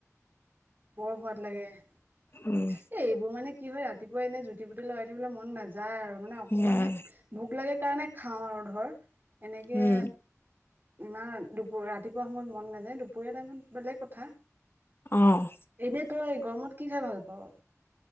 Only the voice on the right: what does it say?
বৰ সোৱাদ লাগে এ
এইবোৰ মানে কি হয় ৰাতিপুৱাই এনে জুতি পুতি লগাই থাকিবলে মন নায যায় আৰু মানে অকমান
সেই ভোক লাগে কাৰণে খাওঁ আৰু ধৰ। এনেকে।
নাই দুপ ৰাতিপুৱা সময়ত মন নাযায় দুপৰীয়া টাইমত বেলেগ কথা।
এনে তই গৰমত কি খাই ভাল পাওঁ।